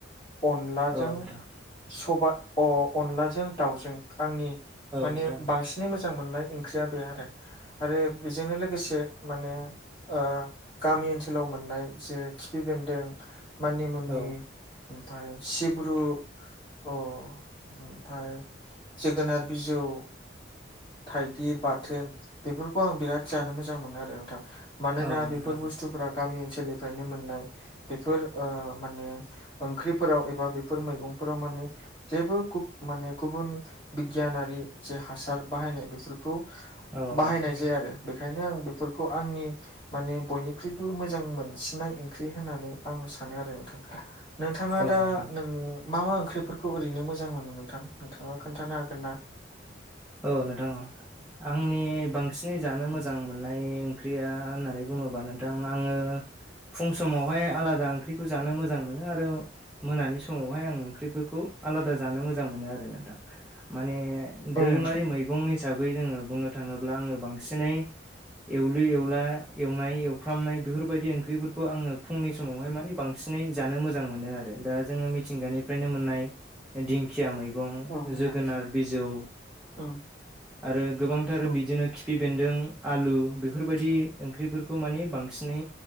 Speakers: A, on the left; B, in the centre.
A: अनलाजों
B: औ नोंथां
A: सबाइ अ अनलाजों दाउजों आंनि
B: औ
A: माने
B: नोंथां
A: बांसिनै मोजां मोननाय ओंख्रिया बे आरो आरो बेजोंनो लोगोसे माने ओ गामि ओनसोलाव मोननाय जे खिफि बेन्दों, मानि मुनि,
B: औ
A: ओमफ्राय सिब्रु अ ओमफ्राय जोगोनार बिजौ थाइगिर बाथोन बेफोरखौ आं बिराद जानो मोजां मोनो आरो नोंथां मानोना
B: औ नोंथां
A: बेफोर
B: औ
A: बुस्थुफ्रा गामि ओनसोलनिफ्रायनो मोननाय। बेफोर ओ माने ओंख्रिफोराव एबा बेफोर मैगंफोराव माने जेबो माने गुबुन बिगियानारि जे हासार बाहायनाय बेफोर खौ
B: औ
A: बाहायनाय
B: नोंथां
A: जाया आरो बेखायनो आं बेफोरखौ आंनि माने बयनिख्रुइबो मोजां मोनसिननाय ओंख्रि होननानै आं सानो आरो नोंथां। नोंथाङा
B: औ
A: दा
B: नोंथां
A: नों मा मा ओंख्रिफोरखौ ओरैनो मोजां मोनो नोंथां नोंथाङा खोन्थानो हागोन ना?
B: औ नोंथां औ आंनि बांसिनै जानो
A: औ
B: मोजां नाय ओंख्रिया होननानै बुङोबा नोंथां आङो फुं समावहाय आलादा ओंख्रिखौ जानो मोजां मोनो आरो मोनानि समावहाय आं ओंख्रिफोरखौ आलादा जानो मोजां मोनो आरो नोंथां माने
A: नोंथां
B: दोरोङारि मैगं हिसाबै जोङो बुंनो थाङोब्ला आङो बांसिनै एवलु एवला एवनाय एवफ्रामनाय बेफोरबायदि ओंख्रिफोरखौ आङो फुंनि समावहाय माने बांसिनै जानो मोजां मोनो आरो दा जोङो मिथिंगानिफ्रायनो मोननाय दिंखिया मैगं,
A: औ नोंथां
B: जोगोनार बिजौ
A: औ
B: आरो गोबांथार
A: औ
B: बिदिनो खिफि बेन्दों, आलु बेफोरबायदि ओंख्रिफोरखौ माने बांसिनै